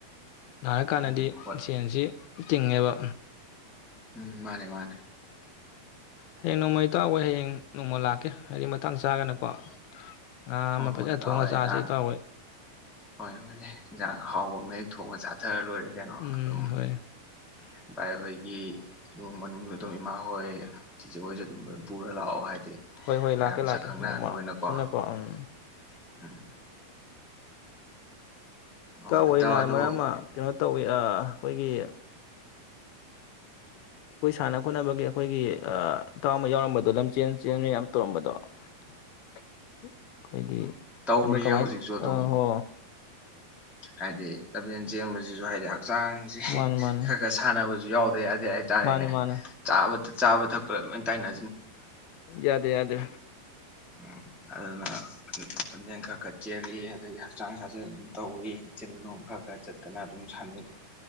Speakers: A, on the left (about 80°); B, in the centre.
A: ꯅꯅꯥꯔ ꯀꯥꯟꯗꯗꯤ
B: ꯎꯝ ꯍꯣꯏ
A: ꯁꯦꯟꯁꯤ ꯇꯦꯡꯦꯕ
B: ꯎꯝ ꯃꯥꯅꯦ ꯃꯥꯅꯦ
A: ꯍꯌꯦꯡ ꯅꯣꯡꯃꯩ ꯇꯥꯛꯋꯦ ꯍꯌꯦꯡ ꯅꯣꯡꯃ ꯂꯥꯛꯀꯦ ꯍꯥꯏꯗꯤ ꯃꯇꯥꯡ ꯆꯥꯒꯅꯀꯣ ꯉꯥ
B: ꯍꯣꯏ
A: ꯑꯃ ꯐꯖꯅ
B: ꯍꯣꯏ ꯂꯥꯛꯑꯣ
A: ꯊꯣꯡꯉꯒ
B: ꯏꯟꯖꯥꯡ
A: ꯆꯁꯤꯇꯥꯎꯋꯣꯏ
B: ꯍꯣꯏ ꯍꯣꯏꯅꯦ ꯏꯟꯖꯥꯡ ꯑꯍꯥꯎꯕ ꯃꯍꯤꯌꯦꯛ ꯊꯣꯡꯉ ꯆꯥꯊꯔ ꯂꯣꯏꯔꯦ ꯀꯩꯅꯣ
A: ꯎꯝ
B: ꯑꯗꯨꯝ
A: ꯍꯣꯏ
B: ꯚꯥꯏ ꯑꯩꯈꯣꯏꯒꯤ ꯏꯃꯨꯡ ꯃꯅꯨꯡ ꯑꯗꯨꯝ ꯏꯃꯥ ꯍꯣꯏ ꯆꯤꯖꯦ ꯍꯣꯏꯁꯦ ꯑꯗꯨꯝ ꯄꯨꯔ ꯂꯥꯛꯑꯣ ꯍꯥꯏꯗꯤ
A: ꯍꯣꯏ ꯍꯣꯏ
B: ꯃꯌꯥꯝ
A: ꯂꯥꯛꯀꯦ ꯂꯥꯛꯀꯦ
B: ꯁꯛ ꯈꯪꯅꯍꯟꯕ
A: ꯅꯣꯡꯃ
B: ꯑꯣꯏꯅꯀꯣ
A: ꯁꯤꯅꯀꯣ ꯎꯝ
B: ꯎꯝ ꯍꯣꯏ
A: ꯇꯥꯑꯣꯏꯅ
B: ꯏꯇꯥꯎ ꯑꯗꯨ
A: ꯃꯔꯝ ꯑꯃ ꯀꯩꯅꯣ ꯇꯧꯋꯤ ꯑꯩꯈꯣꯏꯒꯤ ꯑꯩꯈꯣꯏ ꯁꯥꯟꯅ ꯈꯣꯠꯅꯕꯒꯤ ꯑꯩꯈꯣꯏꯒꯤ ꯏꯇꯥꯎꯕ ꯌꯥꯎꯔꯝꯕꯗꯣ ꯂꯝꯆꯦꯟ ꯆꯦꯟ ꯌꯥꯝ ꯇꯧꯔꯝꯕꯗꯣ ꯑꯩꯈꯣꯏꯒꯤ
B: ꯇꯧꯔꯤꯌꯦ
A: ꯑꯗꯨ ꯀꯃꯥꯏꯅ
B: ꯍꯧꯖꯤꯛꯁꯨ ꯑꯗꯨꯝ
A: ꯍꯣ
B: ꯍꯥꯏꯗꯤ ꯂꯝꯖꯦꯟ ꯆꯦꯟꯕꯁꯤꯁꯨ ꯍꯥꯏꯗꯤ ꯍꯛꯆꯥꯡꯁꯦ
A: ꯃꯥꯅꯤ ꯃꯥꯅꯤ
B: ꯈꯔ ꯈꯔ ꯁꯥꯟꯅꯕ ꯌꯥꯎꯦ ꯍꯥꯏꯇꯥꯔꯦꯅꯦ
A: ꯃꯥꯅꯤ ꯃꯥꯅꯤ
B: ꯆꯥ ꯆꯥꯕ ꯊꯛꯄꯗ ꯂꯣꯏ ꯇꯥꯏꯅ
A: ꯌꯥꯗꯦ ꯌꯥꯗꯦ
B: ꯎꯝ ꯑꯗꯨꯅ ꯂꯝꯖꯦꯟ ꯈꯔ ꯈ ꯆꯦꯜꯂꯤ ꯑꯗꯒꯤ ꯍꯛꯆꯥꯡ ꯁꯥꯖꯦꯜ ꯑꯗꯨꯝ ꯇꯧꯋꯤ ꯆꯤꯡꯅꯣ ꯀꯒ ꯆꯠꯇꯅ ꯑꯗꯨꯝ ꯁꯅꯤ